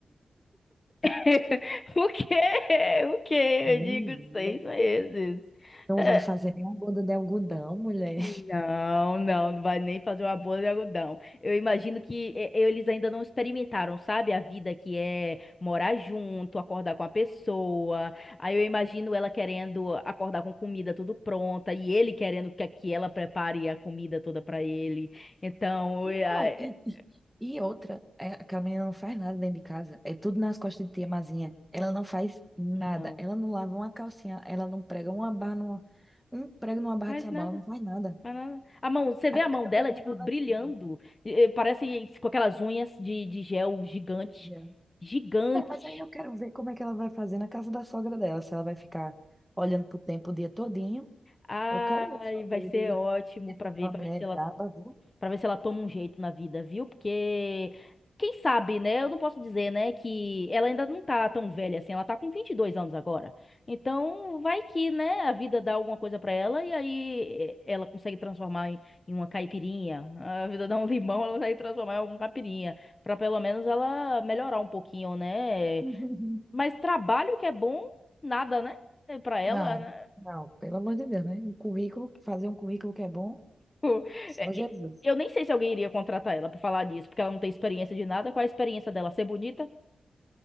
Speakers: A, on the left (about 25°); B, in the centre.
A: <laughs> O quê? O quê?
B: Menina.
A: Eu digo seis meses.
B: Não
A: É.
B: vai fazer nem a boda de algodão, mulher.
A: Não, não, não vai nem fazer uma boa de algodão. Eu imagino que eh, eles ainda não experimentaram, sabe? A vida que é morar junto, acordar com a pessoa. Aí eu imagino ela querendo acordar com comida tudo pronta e ele querendo que, que ela prepare a comida toda pra ele. Então,
B: Não,
A: eh, ah, eh,
B: e, e e outra, é, aquela menina não faz nada dentro de casa. É tudo nas costas de tia Mazinha. Ela não faz nada.
A: não,
B: Ela não lava uma calcinha. Ela não prega uma barra numa, um prego numa barra
A: faz
B: de sabão.
A: nada.
B: Ela não faz nada.
A: faz nada. A mão, você vê
B: Aí
A: a
B: eu
A: mão
B: quero
A: dela,
B: ver como
A: tipo,
B: é que ela
A: brilhando.
B: vai fazer.
A: eh, eh, Parece com aquelas unhas de, de gel gigante.
B: Veja.
A: Gigante.
B: É, mas aí eu quero ver como é que ela vai fazer na casa da sogra dela. Se ela vai ficar olhando pro tempo o dia todinho.
A: Ai,
B: Eu quero ver só
A: vai
B: ver
A: ser
B: do jeito
A: ótimo
B: que
A: pra
B: aquela
A: ver, para
B: mulher
A: ver se
B: é braba,
A: ela,
B: viu?
A: para ver se ela toma um jeito na vida, viu? Porque quem sabe, né? Eu não posso dizer, né, que ela ainda não tá tão velha assim, ela tá com 22 anos agora. Então, vai que, né, a vida dá alguma coisa pra ela e aí eh, ela consegue transformar em, em uma caipirinha. A vida dá um limão, ela consegue transformar em alguma caipirinha, Pra pelo menos ela melhorar um pouquinho, né?
B: <laughs>
A: Mas trabalho que é bom, nada, né? Pra ela,
B: Não,
A: né?
B: não, pelo amor de Deus, né? Um currículo, fazer um currículo que é bom,
A: Tipo,
B: só
A: é,
B: Jesus.
A: Eu nem sei se alguém iria contratar ela pra falar disso, porque ela não tem experiência de nada. Qual é a experiência dela? Ser bonita?